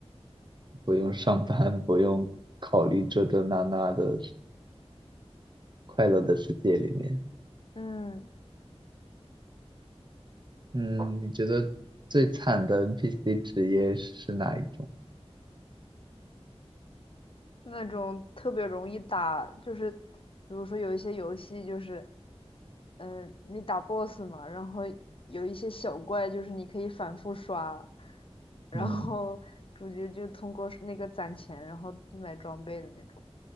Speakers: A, on the right; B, on the left.
A: 不用上班、不用考虑这这那那的快乐的世界里面。
B: 嗯，
A: 嗯，你觉得最惨的 NPC 职业是哪一种？
B: 那种特别容易打，就是比如说有一些游戏就是，嗯、你打 BOSS 嘛，然后有一些小怪就是你可以反复刷，然后主角就通过是那个攒钱，
A: 嗯
B: 然后买装备的那种，